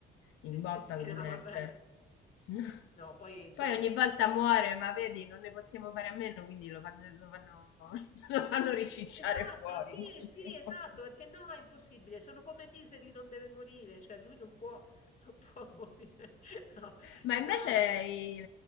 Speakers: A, on the left (about 40°); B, on the left (about 80°).
A: sì,
B: in
A: sì,
B: botta
A: sì,
B: con
A: sì, no,
B: Dexter.
A: vabbè.
B: <laughs>
A: No, poi insomma,
B: Poi ogni
A: tutte
B: volta
A: e
B: muore, ma vedi, non ne possiamo fare a meno, quindi lo fanno, lo fanno, <laughs> lo fanno ricicciare
A: Esatto,
B: fuori
A: sì,
B: in qualche
A: sì, esatto,
B: modo.
A: perché no, è impossibile, sono come Misery non deve morire, cioè lui non può, non può <laughs> morire. No,
B: Ma invece
A: no, no, è fant-
B: i,